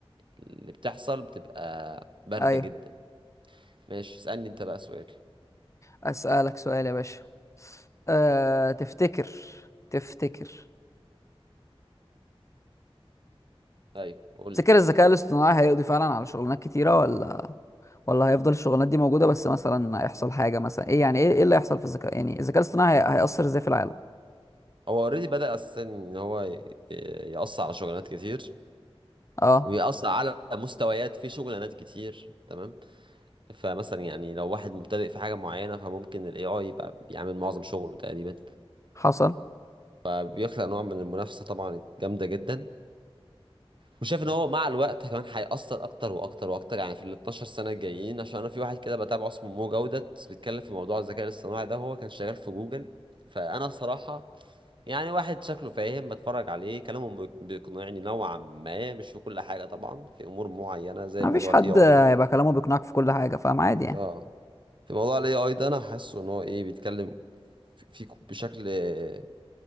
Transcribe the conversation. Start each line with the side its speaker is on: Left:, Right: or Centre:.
Right: اللي بتحصل بتبقى بارده
Left: ايوه
Right: جدا ماشي اسألني انت بقى سؤال
Left: اسألك سؤال يا باشا أه... تفتكر تفتكر
Right: ايوه قول
Left: تفتكر
Right: لي
Left: الذكاء الاصطناعي هيقضي فعلا على شغلانات كتيرة ولا ولا هيفضل الشغلانات دي موجودة بس مثلا هيحصل حاجة مثلا ايه يعني ايه إيه اللي هيحصل في الذكاء يعني الذكاء الاصطناعي هي- هيأثر ازاي في العالم
Right: هو اوريدي بدأ اساسا ان هو ي- ي- يقص على شغلانات كتير
Left: اه
Right: ويقص على مستويات في شغلانات كتير تمام فمثلا يعني لو واحد مبتدئ في حاجة معينة فممكن الاي اي يبقى بيعمل معظم شغله تقريبا
Left: حصل
Right: بيخلق نوع من المنافسة طبعا جامدة جدا وشايف ان هو مع الوقت كمان هيأثر اكتر واكتر واكتر يعني في ال 12 سنة الجايين عشان انا في واحد كده بتابعه اسمه مو جودة بيتكلم في موضوع الذكاء الاصطناعي ده هو كان شغال في جوجل فانا بصراحة يعني واحد شكله فاهم بتفرج عليه كلامه بي- بيقنعني نوعا ما مش في كل حاجة طبعا في أمور معينة زي
Left: ما
Right: موضوع
Left: فيش حد
Right: الاي اي
Left: هيبقى
Right: ده
Left: كلامه بيقنعك في كل حاجة فاهم عادي يعني
Right: اه في موضوع الاي اي ده أنا حاسه إن هو إيه بيتكلم في في- بشكل آه،